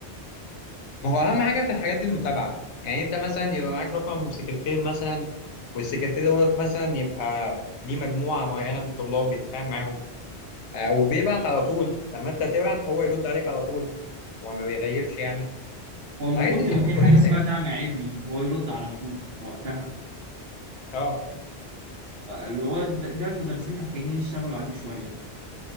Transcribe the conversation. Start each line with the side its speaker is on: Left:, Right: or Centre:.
Left: ما هو اهم حاجه في الحاجات دي المتابعه يعني انت مثلا يبقى معاك رقم سكرتير مثلا والسكرتير دوت مثلا يبقى ليه مجموعه معينه من الطلاب بيتفاعل معاهم آه، وبيبعت على طول لما انت تبعت هو يرد عليك على طول وما بيغيبش يعني
Right: هو المفروض
Left: الحاجات دي
Right: يبقى
Left: بتبقى
Right: في حاجه
Left: كويسه
Right: اسمها
Left: يعني
Right: دعم علمي اللي هو يرد على طول في وقتها
Left: اه
Right: اللي هو ده ده المدرسين محتاجين يشتغلوا عليه شويه